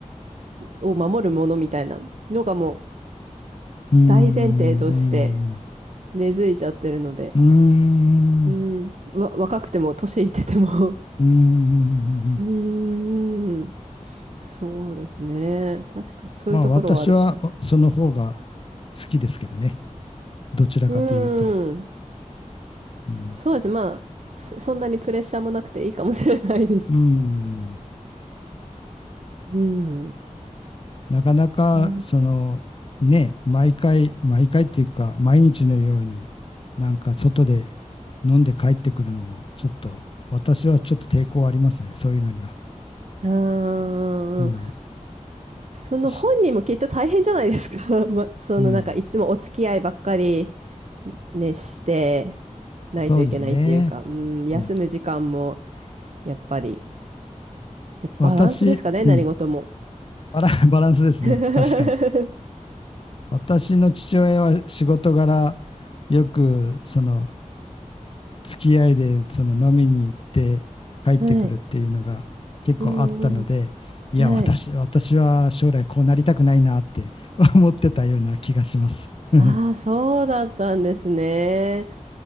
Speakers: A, on the right; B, on the left.
A: 庭を守るものみたいなのがもう
B: うーん。
A: 大前提として根付いちゃってるので、
B: うーん。
A: うん、
B: うーん。
A: わ、若くても年いってても <laughs>
B: うーん
A: うーん、そうですね。確か、そういうところはあるかも。
B: まあ私はその方が好きですけどね。どちらかというと。
A: うーん、
B: うん
A: そうですね。まあ、そそんなにプレッシャーもなくていいかもしれないです。
B: うん。
A: うん。
B: なかなか、
A: うん
B: その、ね、毎回、毎回っていうか、毎日のように、なんか外で飲んで帰ってくるのも、ちょっと、私はちょっと抵抗ありますね、そういうのには。
A: うーん。
B: うん。
A: その本人もきっと大変じゃないですか。
B: し
A: <laughs> ま、そのなんかいつもお付き合いばっかり
B: うん。
A: ね、してないといけないっていうか、
B: そうですね。
A: うん、休む時間も
B: うん。
A: やっぱり、やっぱバランスですかね、
B: 私、
A: 何事も。
B: うん。バラ、バランスですね、
A: <laughs> は
B: 確かに。私の父親は仕事柄、よく、その、付き合いでその飲みに行って帰ってくるっていうのが結構あったので、
A: い。うんうん。
B: いや、
A: はい。
B: 私、私は将来こうなりたくないなって <laughs> 思ってたような気がします。<laughs> う
A: ああ、そうだったんですね。